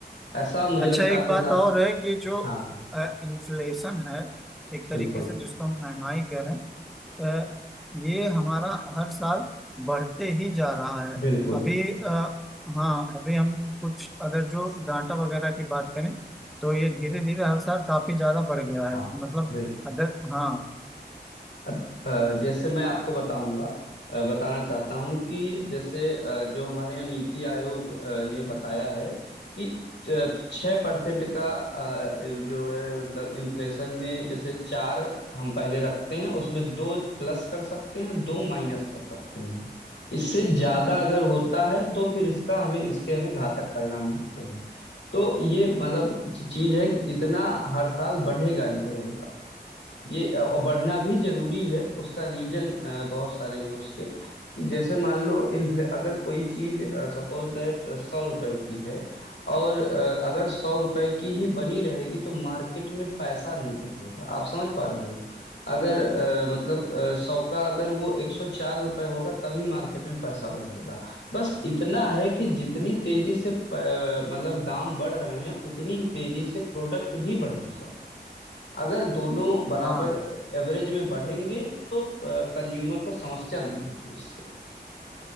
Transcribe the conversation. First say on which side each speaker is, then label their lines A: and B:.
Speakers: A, on the left; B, in the centre.
A: ऐसा मुझे
B: अच्छा
A: लगता
B: एक
A: है आपके
B: बात
A: साथ
B: और है कि जो
A: हाँ
B: इन्फ्लेशन है एक तरीके
A: बिल्कुल
B: से जिसको हम महंगाई कह रहे हैं अ, ये हमारा हर साल बढ़ते ही जा रहा है
A: बिल्कुल
B: अभी आ, हाँ अभी हम कुछ अगर जो डाटा वगैरह की बात करें तो ये धीरे धीरे हर साल काफी ज्यादा बढ़ गया है
A: हाँ
B: मतलब
A: बिल्कुल
B: अगर हाँ
A: अब अ, जैसे मैं आपको बताऊंगा अ, बताना चाहता हूं कि जैसे अ, जो हमारे यहाँ नीति आयोग अ, ने बताया है कि छः परसेंट का अ, जो है मतलब इन्फ्लेशन में जैसे चार हम पहले रखते हैं उसमें दो प्लस कर सकते हैं दो माइनस कर सकते हैं इससे ज्यादा अगर होता है तो फिर इसका हमें इसके हमें घातक परिणाम मिलते हैं तो ये मतलब चीज है कि इतना हर साल बढ़ेगा ही बढ़ेगा ये अ, और बढ़ना भी जरूरी है उसका रीजन बहुत सारे हैं उसके कि जैसे मान लो इन्फ्ले अगर कोई चीज सपोज दैट सौ रुपए की है और अ, अगर सौ रुपए की ही बनी रहेगी तो मार्केट में पैसा नहीं बढ़ेगा आप समझ पा रहे हो अगर अ, मतलब सौ का अगर वो एक सौ चार रुपए होगा तभी मार्केट में पैसा बढ़ेगा बस इतना है कि जितनी तेजी से प- मतलब दाम बढ़ रहे हैं उतनी ही तेजी से प्रोडक्ट भी बढ़ने अगर दोनों बराबर
B: हाँ
A: एवरेज में बढ़ेंगे तो कंज्यूमर को समस्या नहीं होगी इससे